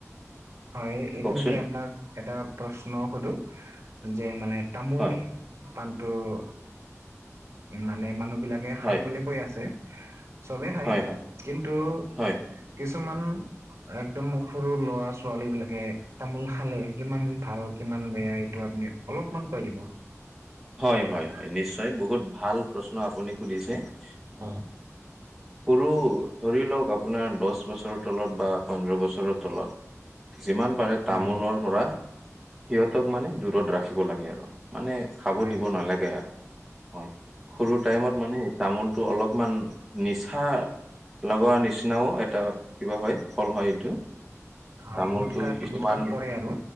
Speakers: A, on the right; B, in the centre.
A: হয়, এইখিনিতে
B: কওকচোন
A: আপোনাক এটা প্ৰশ্নও সোধো যে মানে তামোল
B: হয়
A: পাণটো উ, মানে মানুহ বিলাক
B: হয়
A: খাই বুলি কৈ আছে। চবেই খাই
B: হয় হয়
A: কিন্তু
B: হয়
A: কিছুমান একদম সৰু ল'ৰা-ছোৱা ছোৱালী বিলাকে তামোল খালে কিমান ভাল কিমান বেয়া এইটো আপুনি অলপমান কৈ দিব?
B: হয়, হয়, হয়, নিশ্চিয় বহুত ভাল প্ৰশ্ন আপুনি সুধিছে।
A: হয়।
B: অ, সৰু ধৰি লওক আপোনাৰ দহ বছৰৰ তলত বা পোন্ধৰ বছৰৰ তলত। যিমান পাৰে তামোলৰ
A: উম,
B: পৰা সিহঁতক মানে দূৰত ৰাখিব লাগে আৰু মানে খাব
A: হয়,
B: দিব নালাগে আৰু হয়, সৰু টাইমত মানে সেই তামোলটো অলপ মান নিচা লগোৱাৰ নিচিনাও এটা কিবা হয়, ফল হয় এইটো।
A: হয়,
B: তামোলটো
A: গুটকাত
B: কিছুমান
A: গুটকাত পৰে আৰু